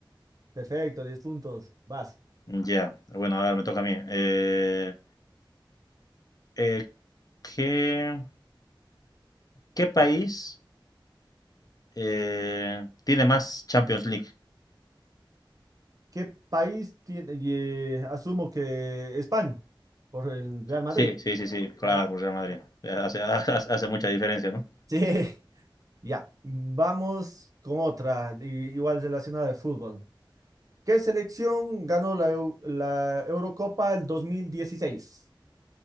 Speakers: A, on the right; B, on the left.
A: Perfecto, diez puntos, vas.
B: Ya, Bueno, a ver, me toca a mí. Eh, Eh, ¿qué, qué país eh, tiene más Champions League?
A: ¿Qué país tiene? y, eh, asumo que España, por el Real Madrid.
B: Sí, sí, sí, sí, claro,
A: ¿Eh?
B: por Real Madrid. Hace, <laughs> hace- hace mucha diferencia, ¿no?
A: Sí, <laughs> ya. Vamos con otra, i- igual relacionada de fútbol. ¿Qué selección ganó la, Eu- la Eurocopa el 2016?